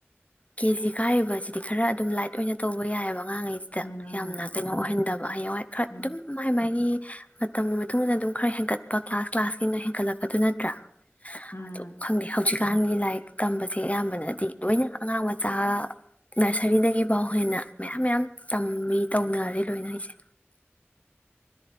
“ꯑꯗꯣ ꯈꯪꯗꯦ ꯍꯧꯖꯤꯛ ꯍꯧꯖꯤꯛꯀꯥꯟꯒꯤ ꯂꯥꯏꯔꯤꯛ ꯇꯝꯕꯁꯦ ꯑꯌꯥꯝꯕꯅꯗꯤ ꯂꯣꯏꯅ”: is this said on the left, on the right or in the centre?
Left